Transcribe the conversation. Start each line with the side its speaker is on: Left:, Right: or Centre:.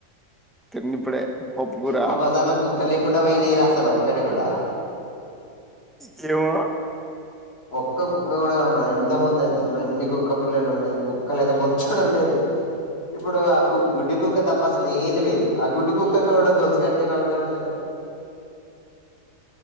Centre: తిన్నిప్పుడే పప్పుకూర
Left: మా బజార్‌లో కుక్కలేకుండపొయినయిరా అసలు ఒగటి గుడా
Centre: జెమో
Left: ఒక్క కుక్క గూడ కనబడదు ఇంతకు ముందైతే అసలు ఎన్ని కుక్క పిల్లలు ఉండేది కుక్కలు అయితే బొచ్చ్ ఇక్కడ ఉండేది ఇప్పుడు ఆ కు గుడ్డి కుక్క తప్ప అసలు ఏది లేదు ఆ గుడ్డి కుక్కెవడొ గొల్సు కట్టె డెవడు కట్టిలో